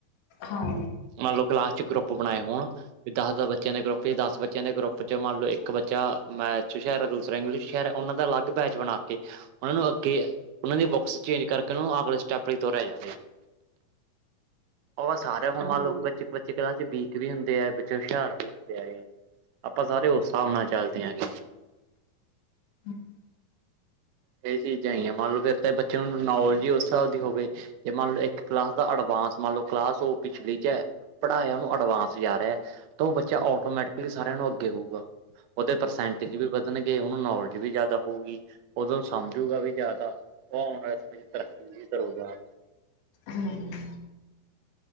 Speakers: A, on the left; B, on the right.
A: ਹਾਂ
B: ਮੰਨ ਲਓ ਕਲਾਸ ਚ ਗਰੂਪ ਗਰੁਪ ਬਣਾਏ ਹੋਣ ਵੀ ਦਸ ਦਸ ਬੱਚਿਆਂ ਦੇ ਗਰੁਪ ਫੇਰ ਦਸ ਬੱਚਿਆਂ ਦੇ ਗਰੁੱਪ ਚ ਮੰਨ ਲਓ ਇੱਕ ਬੱਚਾ ਮੈਥ ਚ ਹੋਸ਼ਿਆਰ ਦੂਸਰਾ ਇੰਗਲਿਸ਼ ਚ ਹੋਸ਼ਿਆਰ ਏ ਅਲੱਗ ਬੈਚ ਬਣਾ ਕੇ ਉਹਨਾਂ ਨੂੰ ਅੱਗੇ ਉਹਨਾ ਦੀ ਬੁੱਕਸ ਚੇਂਜ ਕਰਕੇ ਉਹਨ ਨੂੰ ਅਗਲੇ ਸਟੈਪ ਲਈ ਤੋਰਿਆ ਜਾਵੇ। ਉਹ ਸਾਰੇ ਹੋਮ ਆ ਲੋਕ ਬੱਚੇ <unintelligible> ਇਕ ਬੱਚੇ ਕਲਾਸ ਚ ਵੀਕ ਵੀ ਹੁੰਦੇ ਏ, ਬੱਚੇ ਹੁਸ਼ਿਆਰ ਵੀ ਹੁੰਦੇ ਏ, ਆਪਾਂ ਸਾਰੇ ਉਸ ਹਿਸਾਬ ਨਾਲ ਚੱਲ ਦੇ ਹੈਗੇ।
A: ਹਮ <inaudible>
B: ਇਹ ਚੀਜ਼ਾਂ ਹੈ ਹੀ ਏ, ਮੰਨ ਲਓ ਫਿਰ ਤਾਂ ਬੱਚੇ ਨੂੰ ਨੌਲੇਜ ਹੀ ਉਸ ਹਿਸਾਬ ਦੀ ਹੋਵੇ। ਤੇ ਮੰਨ ਲੋ ਇੱਕ ਕਲਾਸ ਦਾ ਅਡਵਾਂਸ ਮੰਨ ਲਓ ਕਲਾਸ ਉ ਪਿਛਲੀ ਚ ਪੜ੍ਹਾਇਆ ਉਹਨੂੰ ਅਡਵਾਂਸ ਜਾ ਰਿਹਾ ਤਾਂ ਉਹ ਬੱਚਾ ਆਟੋਮੈਟਿਕਲੀ ਸਾਰਿਆਂ ਨੂੰ ਅੱਗੇ ਹੋਊਗਾ, ਉਹਦੇ ਪਰਸੈਂਟੇਜ ਵੀ ਵਦ ਣਗੇ ਉਹਨੂੰ ਨੌਲੇਜ ਵੀ ਜ਼ਿਆਦਾ ਹੋਊਗੀ, ਉਦੋਂ ਸਮਝੂਗਾ ਵੀ ਜ਼ਿਆਦਾ ਉਹ ਆਉਣ ਵਾਲ ਸਮੇ ਚ ਤਰੱਕੀ ਵੀ ਕਰੂਗਾ।
A: ਹੂੰ